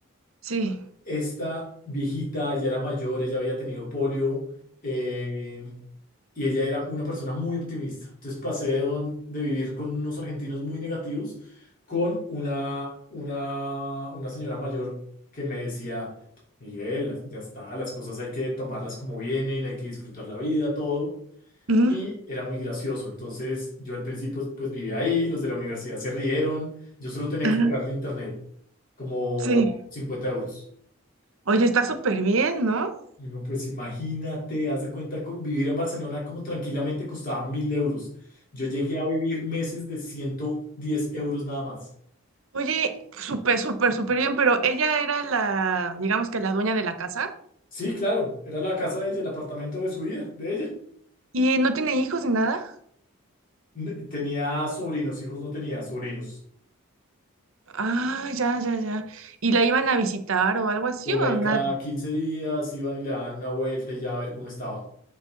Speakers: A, on the right; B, on the left.
A: Sí.
B: Esta viejita ya era mayor, ella había tenido polio eh, y ella era una persona muy optimista. Entonces pasé de, don- de vivir con unos argentinos muy negativos con una, una, una señora mayor que me decía, Miguel, ya está, las cosas hay que tomarlas como vienen, hay que disfrutar la vida, todo.
A: Ujú,
B: Y era muy gracioso. Entonces yo al principio pues pues, vivía ahí, los de la universidad se rieron, yo solo tenía
A: Ajá.
B: que pagarle internet como
A: Sí.
B: 50 euros.
A: Oye, está súper bien, ¿no?
B: Y uno, pues imagínate, haz de cuenta, co- vivir en Barcelona como tranquilamente costaba mil euros. Yo llegué a vivir meses de 110 euros nada más.
A: Oye, súper, súper, súper bien, pero ella era la, digamos que la dueña de la casa
B: Sí, claro, era la casa de ella, el apartamento de su vida, de ella.
A: y no tiene hijos ni nada.
B: N- Tenía sobrinos, hijos no tenía, sobrinos.
A: Ah, ya, ya, ya. ¿Y la iban a visitar o algo así
B: Por
A: o
B: ahí
A: nada?
B: cada quince días iban y le daban una vuelta y ya a ver cómo estaba.